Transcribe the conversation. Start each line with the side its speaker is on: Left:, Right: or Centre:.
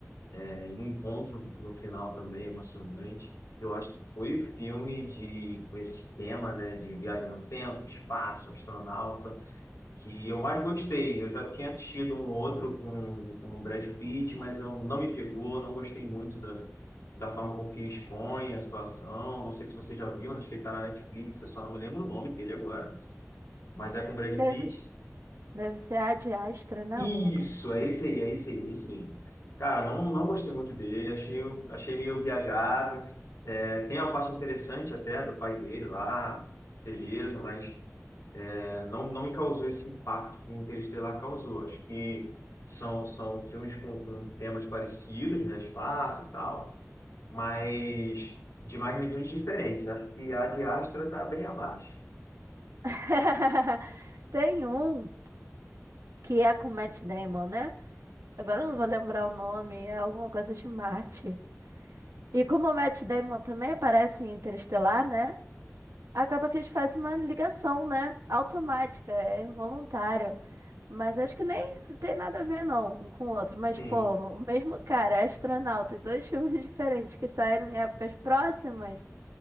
Left: É, e um encontro no final também emocionante. Eu acho que foi o filme de, com esse tema, né? De viagem no tempo, espaço, astronauta que eu mais gostei. Eu já tinha assistido um outro com, com o Brad Pitt, mas eu, não me pegou, não gostei muito da, da forma com que expõe a situação. Não sei se você já viu, mas acho que ele está na Netflix, eu só não lembro o nome dele agora. Mas é com o Brad
Right: Deve,
Left: Pitt.
Right: deve ser Ad Astra, né?
Left: Isso,
Right: Alguma coisa
Left: é
Right: assim.
Left: esse aí, é esse aí, é esse mesmo. Cara, não, não gostei muito dele, achei, achei meio viajado. É, tem uma parte interessante até do pai dele lá, beleza, mas. Não, não me causou esse impacto que Interestelar causou. Acho que são, são filmes com, com temas parecidos, né? Espaço e tal, mas de magnitudes diferentes. Acho que a de Astra está bem abaixo.
Right: <laughs> Tem um que é com Matt Damon, né? Agora eu não vou lembrar o nome, é alguma coisa de Marte. E como o Matt Damon também aparece em Interestelar, né? Acaba que eles fazem uma ligação, né? Automática, é involuntário. Mas acho que nem tem nada a ver, não, um com o outro. Mas,
Left: Sim,
Right: pô, o mesmo cara é astronauta e dois <laughs> filmes diferentes que saíram em épocas próximas.